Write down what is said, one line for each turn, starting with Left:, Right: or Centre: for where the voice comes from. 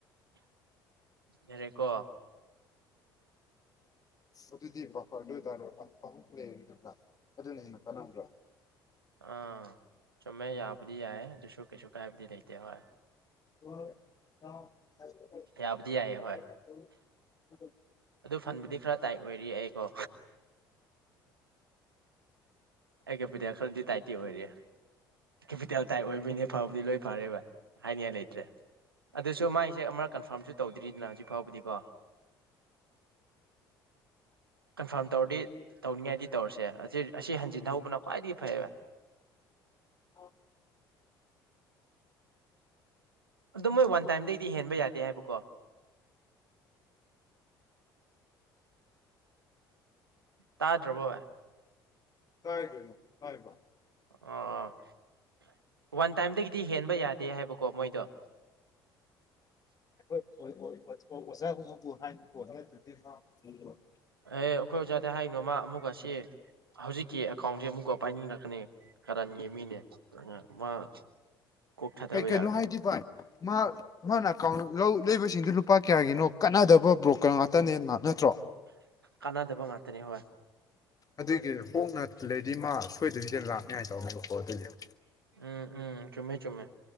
Right: ꯌꯥꯔ‌ꯦꯀ‌ꯣ
Left: ꯑꯗꯨꯗꯤ <unintelligible> ꯑꯗꯨꯅ ꯍꯦꯟꯅ ꯀꯥꯟꯅꯕ꯭ꯔ‌ꯣ
Right: ꯑꯥ ꯆꯨꯝꯃꯦ ꯌꯥꯕꯨꯗꯤ ꯌꯥꯏꯌꯦ ꯑꯗꯨꯁꯨ ꯀꯩꯁꯨ ꯀꯥꯏꯕꯗꯤ ꯂꯩꯇꯦ ꯍꯣꯏ
Left: <unintelligible>
Right: ꯌꯥꯕꯨꯗꯤ ꯌꯥꯏꯌꯦ ꯍꯣꯏ ꯑꯗꯨ ꯐꯟꯕꯨꯗꯤ ꯈꯔ ꯇꯥꯏꯠ ꯑꯣꯏꯔꯤ ꯑꯩꯀꯣ ꯑꯩꯒ <unintelligible> ꯈꯜꯗ ꯇꯥꯏꯠ ꯇꯤ ꯑꯣꯏꯔꯦ ꯀꯦꯄꯤꯇꯦꯜ ꯇꯥꯏꯠ ꯑꯣꯏꯕꯅꯦ ꯐꯕꯗꯤ ꯂꯣꯏ ꯐꯔꯦꯕ ꯍꯥꯏꯅꯤꯡꯉꯥꯏ ꯂꯩꯇ꯭ꯔꯦ ꯑꯗꯨꯁꯨ ꯃꯥꯏꯁꯦ ꯑꯃꯛ ꯀꯟꯐꯥꯔꯝꯁꯨ ꯇꯧꯗ꯭ꯔꯤꯗꯅ ꯍꯧꯖꯤꯛ ꯐꯥꯎꯕꯗꯤꯀꯣ ꯀꯟꯐꯥꯔꯝ ꯇꯧꯔꯗꯤ ꯇꯧꯅꯤꯡꯉꯥꯏꯗꯤ ꯇꯧꯔꯁꯦ ꯑꯁꯤ ꯑꯁꯤ ꯍꯟꯖꯤꯟ ꯍꯧꯕꯅ ꯈ꯭ꯋꯥꯏꯗꯒꯤ ꯐꯩꯌꯦꯕ
Left: ꯑꯣ
Right: ꯑꯗꯨ ꯃꯣꯏ ꯋꯥꯟ ꯇꯥꯏꯝꯗꯩꯗꯤ ꯍꯦꯟꯕ ꯌꯥꯗꯦ ꯍꯥꯏꯕꯀꯣ ꯇꯥꯗ꯭ꯔꯕꯣ ꯚꯥꯏ
Left: <inaudible> ꯇꯔꯦ <unintelligible>
Right: ꯑꯣ ꯋꯥꯟ ꯇꯥꯏꯝꯗꯒꯤꯗꯤ ꯍꯦꯟꯕ ꯌꯥꯗꯦ ꯍꯥꯏꯕꯀꯣ ꯃꯣꯏꯗꯣ <inaudible>
Left: ꯍꯣꯏ ꯍꯣꯏ <unintelligible> ꯑꯣꯖꯥꯒꯨꯝꯕꯕꯨ ꯍꯥꯏꯕꯀꯣ <unintelligible>
Right: ꯑꯦ ꯑꯩꯈꯣꯏ ꯑꯣꯖꯥꯗ ꯍꯥꯏꯅꯣꯃ ꯑꯃꯨꯛ ꯑꯁꯤ ꯍꯧꯖꯤꯛꯀꯤ ꯑꯦꯀꯥꯎꯟꯁꯦ ꯑꯃꯨꯛꯀ ꯄꯥꯏꯅꯤꯡꯔꯛꯀꯅꯤ ꯀꯔꯒꯤ ꯃꯤꯅꯦ ꯃꯥ ꯀꯣꯛ ꯊꯥꯗꯕ
Left: ꯀꯩ ꯀꯩꯅꯣ
Right: ꯌꯥꯔꯣꯏ
Left: ꯍꯥꯏꯗꯤ ꯚꯥꯏ ꯃꯥ ꯃꯥꯅ ꯑꯦꯀꯥꯎꯟ ꯂꯧ ꯂꯩꯕꯁꯤꯡꯗꯨ ꯂꯨꯄꯥ ꯀꯌꯥꯒꯤꯅꯣ ꯀꯥꯟꯅꯗꯕ ꯕ꯭ꯔꯣ ꯀꯥ ꯉꯥꯛꯇꯅꯦ ꯅꯠꯇ꯭ꯔꯣ
Right: ꯀꯥꯟꯅꯗꯕ ꯉꯥꯛꯇꯅꯤ ꯍꯣꯏ
Left: ꯑꯗꯨꯒꯤ ꯍꯣꯡꯅ ꯂꯩꯗꯤ ꯃꯥ ꯁꯣꯏꯗꯕꯤꯗꯦ ꯂꯥꯛꯅꯤꯉꯥꯏ ꯇꯧꯅꯦꯕꯀꯣ ꯑꯗꯨꯏꯗꯤ
Right: ꯎꯝ ꯎꯝ ꯆꯨꯝꯃꯦ ꯆꯨꯝꯃꯦ